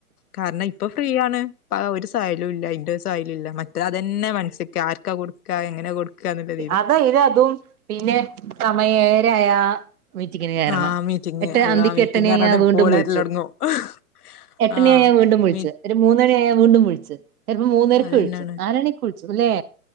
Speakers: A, on the left; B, on the right.
A: കാരണം ഇപ്പം ഫ്രീയാണ് ഒരു സലം ഇല്ല അതിന്റെ <unintelligible> മറ്റ അതന്നെ മനസ് ആർക്കാ കൊടുക്കാ എങ്ങനെയാ കൊടുക്കാന്ന്ള്ളതീല് കൊടുക്ക
B: അത ഇത് അതും പിന്നെ സമയ ആയ മീറ്റിങ്ങിന് കാരണം
A: ആഹ് മീറ്റിംഗ്
B: എട്ട്
A: അള്ളാ
B: അന്തിക്ക്
A: മീറ്റിംഗ്
B: എട്ടണി ആ
A: പറഞ്ഞാണ്ട്
B: ഞാൻ വീണ്ടും
A: കോള്
B: വിളിച്ചു
A: വരലൊടങ്ങും
B: എട്ടണി
A: ആഹ്
B: ആ ഞാൻ വീണ്ടും വിളിച്ചു
A: മി
B: ഒരു മൂന്നണി ആയ വീണ്ടും കുഴിച്ച് ചിലപ്പോ മൂന്നരയ്ക്ക്
A: അതന്നെയാണ്
B: എഴിച്ചും നാല്മണിക്ക് കു സുഗുല്ലേ